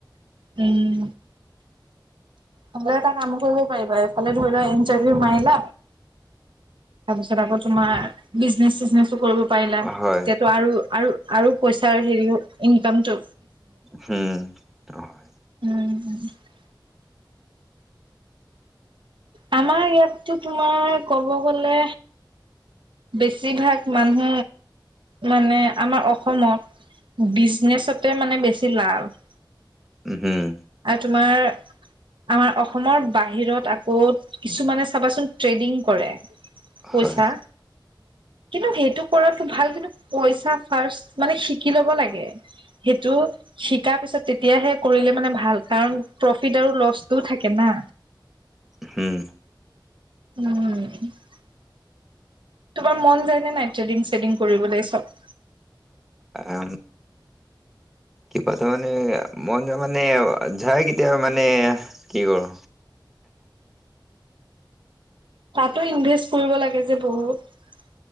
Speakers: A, on the right; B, in the centre.
A: উম। ন'হলে এটা কাম কৰিব পাৰিবা এফালে ধৰি লোৱা ইন্টাৰভিউ মাৰিলা। তাৰপিছত আকৌ তোমাৰ বিজনেচ চিজনেছ। কৰিব পাৰিলা
B: হয়
A: তেতিয়াতো আৰু আৰু আৰু পইচাৰ হেৰি ইনকামতটো
B: হম। অ হয়।
A: উম। আমাৰ ইয়াততো তোমাৰ ক'ব গলে বেছিভাগ মানুহ মানে আমাৰ অসমত বিজনেছতে মানে বেছি লাভ।
B: উ হম।
A: আৰু তোমাৰ আমাৰ অসমৰ বাহিৰত আকৌ কিছুমানে চাবাচোন ট্ৰেডিং কৰে। পইচা
B: হয়
A: কিন্তু সেইটো কৰাটো ভাল কিন্তু পইচা ফাৰ্ষ্ট মানে শিকি ল'ব লাগে সেইটো শিকাৰ পিছত তেতিয়াহে কৰিলে মানে ভাল কাৰণ প্ৰফিট আৰু লছটোও থাকে না।
B: হম।
A: উম। তোমাৰ মন যায়নে নাই ট্ৰেডিং চেডিং কৰিবলৈ চব।
B: উ কিবা ত মানে মন যোৱা মানে যায় কেতিয়াবা মানে কি কৰো।
A: তাতো ইনভেষ্ট কৰিব লাগে যে বহুত।